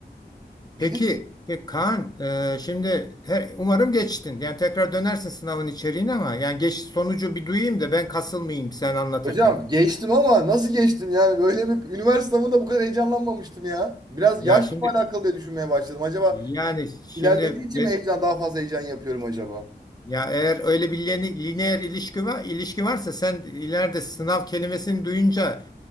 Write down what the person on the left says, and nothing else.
Peki,
peki Kaan, e, şimdi her- umarım geçtin. Yani tekrar dönersin sınavın içeriğine ama yani geç sonucu bir duyayım da ben kasılmayayım sen anlatırken.
Ya
şimdi
yani şimdi
ben-
ya eğer öyle bir line- lineer ilişki var ilişki varsa sen ileride sınav kelimesini duyunca